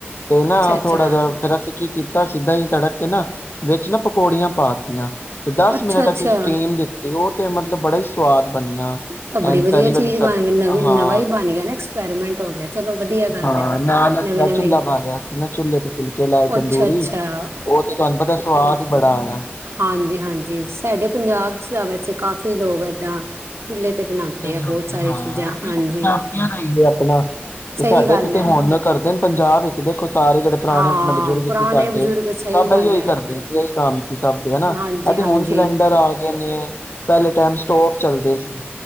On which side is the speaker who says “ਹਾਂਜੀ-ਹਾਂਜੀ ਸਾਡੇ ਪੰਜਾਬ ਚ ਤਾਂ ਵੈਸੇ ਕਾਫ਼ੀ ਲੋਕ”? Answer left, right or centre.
Right